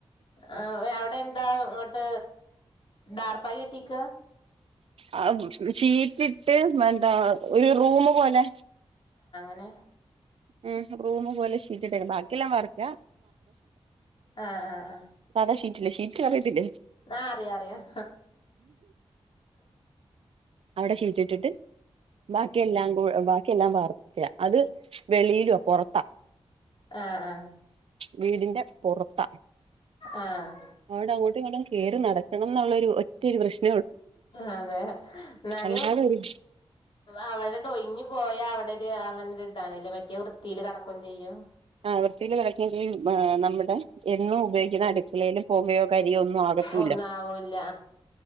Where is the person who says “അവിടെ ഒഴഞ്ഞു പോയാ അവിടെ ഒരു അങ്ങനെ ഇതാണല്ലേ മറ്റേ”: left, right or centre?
Left